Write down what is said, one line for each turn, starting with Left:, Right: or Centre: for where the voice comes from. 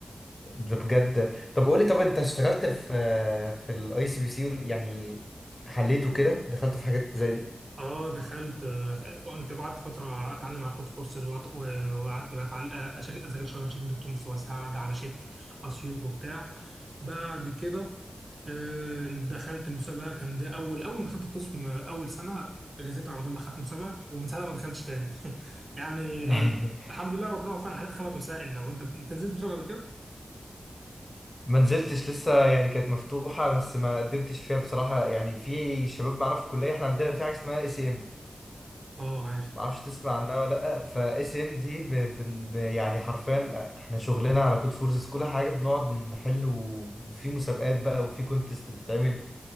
Left: ده بجد طب قولي طب انت اشتغلت في في الاي سي بي سي يعني حليته كده دخلت في حاجات زي دي
Right: اه دخلت آه، كنت قعدت فتره اتعلم على كود فورسز وقعدت وقعدت بقى أتعل- آه، أشا- اذاكر شويه من شيت دكتور مصطفى سعد على شيت اسيوط وبتاع بعد كده آه، دخلت المسابقه كان ده اول اول ما دخلت القسم آه، اول سنه جازيت على طول دخلت مسابقه ومن ساعتها ما دخلتش تاني <laughs> يعني
Left: <laughs>
Right: الحمد لله ربنا وفقنا حليت خمس مسائل لو انت انت نزلت مسابقه قبل كده
Left: ما نزلتش لسه يعني كانت مفتوحة بس ما قدمتش فيها بصراحة يعني في شباب معانا في الكلية احنا عندنا في حاجة اسمها اي سي ام
Right: اه عارف
Left: ما اعرفش تسمع عنها ولا لا فاي سي ام دي ب... بن- ب... يعني حرفيا احنا شغلنا على كود فورسز كل حاجة بنقعد نحل و- وفي مسابقات بقى وفي كونتست بتتعمل